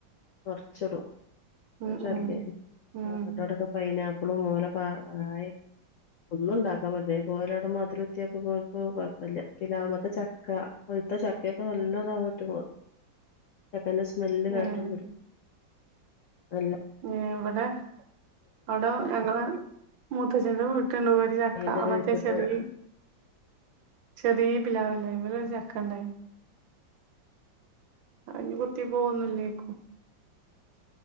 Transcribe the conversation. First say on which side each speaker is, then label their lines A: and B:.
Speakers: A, on the left; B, on the right.
A: മറിച്ചിടും
B: ഉം
A: ശല്യം
B: ഉം ഉം
A: ഞങ്ങടവടൊക്കേ പൈനാപ്പ് പ്പളും മൊല പാ ആയ് ഒന്നും ഉണ്ടാക്കാൻ അതെപോലെ അവിടെ മധിലുവൃത്തിയാക്കാൻ പോയപ്പോ കോഴപ്പില്ല പിലാമേലത്തെ ചക്ക ഇത്ത ചക്കൊക്കെ നല്ലതാവ റ്റു ചക്കന്റെ സ്മെല്ല് കേട്ടാ
B: ഏഹ്
A: വരും അൽ
B: എങ് ഇവിടെ അവടെ ഞങ്ങളെ മൂത്തച്ഛന്റെ വീട് <unintelligible> പോര് ചക്ക
A: തേങ്ങേന്റെത്
B: മറ്റേ
A: വെച്ചിട്ട്
B: ചെറിയ ചെറിയ പിലാവില്ലെ അയിമലൊരു ചക്ക ഇണ്ടായിണ്ട് അയിന്നികുത്തി പോവൊന്നില്ലെയിക്കും